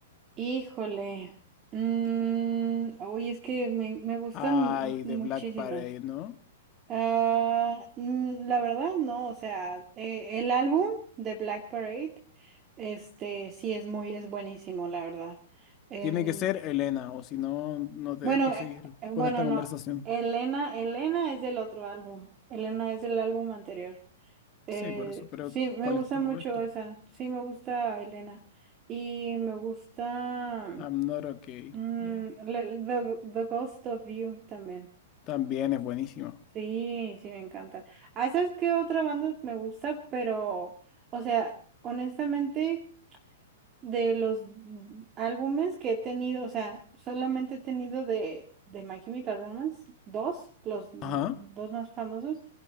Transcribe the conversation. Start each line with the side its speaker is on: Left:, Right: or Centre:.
Right: Híjole. Mm, uy, es que me, me gustan
Left: Ay,
Right: mu- muchísimas.
Left: de Black Parade, ¿no?
Right: Ah, mm, la verdad, no, o sea, eh, el álbum de Black Parade, este, sí es muy, es buenísimo, la verdad. Em,
Left: Tiene que ser Elena, o si no, no te
Right: bueno,
Left: dejo
Right: eh,
Left: seguir
Right: eh, bueno,
Left: con esta conversación.
Right: no, Elena, Elena es del otro álbum, Elena es del álbum anterior. Eh,
Left: Sí, por eso, pero
Right: sí, me
Left: ¿cuál
Right: gusta
Left: es tu
Right: mucho
Left: esto?
Right: esa, sí me gusta Elena y me gusta...
Left: I'm not okay.
Right: Mm,
Left: Yeah.
Right: le- the, The Ghost of You también.
Left: También es buenísimo.
Right: Sí, sí, me encanta. Ah, ¿sabes qué otra banda me gusta? Pero, o sea, honestamente, de los mm, álbumes que he tenido, o sea, solamente he tenido de, de My Chemical Romance, dos, los dos
Left: Ajá.
Right: más famosos,